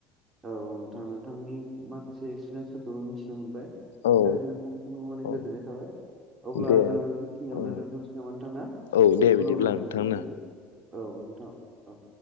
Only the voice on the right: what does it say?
औ नोंथां नोंथांनि माखासे एक्सपिरियेन्सफोरखौ मिथिनो मोनबाय।
बेनि थाखाय नोंथां मान गोजोननाय
थाबाय अब्ला
जोङो बेखिनियावनो
दोनथ'नोसै नामा नोंथां ना
उनाव लोगो
मोनफिनसिगोन
औ नोंथाङा औ।